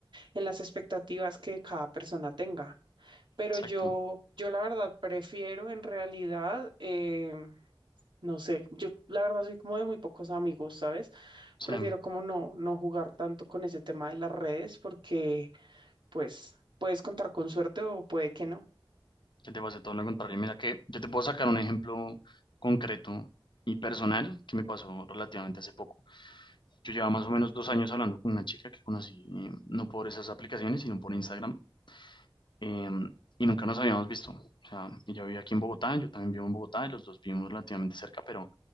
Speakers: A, on the right (about 60°); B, on the left (about 60°).
A: en las expectativas que cada persona tenga. Pero
B: exacto.
A: yo, yo la verdad prefiero en realidad, em, no sé, yo la verdad soy como de muy pocos amigos, ¿sabes?
B: Sí,
A: Prefiero como no, no jugar tanto con ese tema de las redes porque pues puedes contar con suerte o puede que no.
B: que te vas pase todo lo contrario. Mira que yo te puedo sacar un ejemplo concreto y personal que me pasó relativamente hace poco. Yo llevaba más o menos dos años hablando con una chica que conocí, eh, no por esas aplicaciones, sino por Instagram, eh, y nunca nos habíamos visto. O sea, ella vivía aquí en Bogotá, yo también vivo en Bogotá, y los dos vivimos relativamente cerca, pero